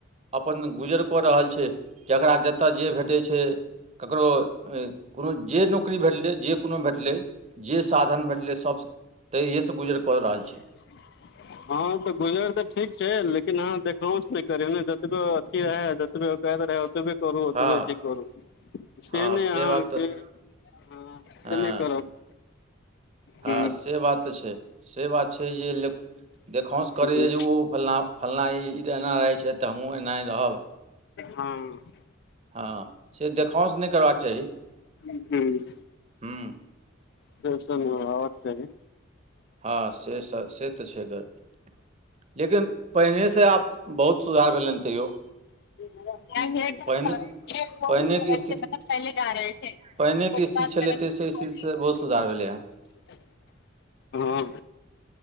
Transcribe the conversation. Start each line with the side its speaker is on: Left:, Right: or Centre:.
Right: अपन गुजर कऽ रहल छै जकरा जतऽ जे भेटै छै ककरो कोनो जे नौकरी भेटलै जे कोनो भेटलै जे साधन भेटलै सब तऽ इहे से गुजर कऽ रहल छै।
Left: <unintelligible> हँ तऽ गुजर तऽ ठीक छै लेकिन आहाँ देखाउस नै करियौ ने जतबो अथी रहै जोतबै ओकायत रहै ओतबे करू ओतबे
Right: हँ
Left: अथी करू से
Right: हँ
Left: नै अहाँके
Right: बात तऽ
Left: हँ से
Right: हँ
Left: नै करब
Right: हँ
Left: हूँ
Right: से बात तऽ छै से बात छै जे देखाऔंस करैए
Left: हूँ
Right: जे ओ फलाँ फल्ना ई ई एना रहै छैथ तऽ हमहूँ एनाहे रहब।
Left: हँ
Right: हँ से देखौंस नै करबाक चाही
Left: हूँ
Right: हुँ।
Left: से सब रहक चाही
Right: हँ से तऽ छै घर लेकिन पहिनेसँ आब बहुत सुधार भेलै हन तैयो।
Left: <unintelligible> <unintelligible>
Right: पहिने पहिनेके स्थिति पहिनेके स्थिति छलै ताहि से स्थितिसँ बहुत सुधार भेलै हँ
Left: हां।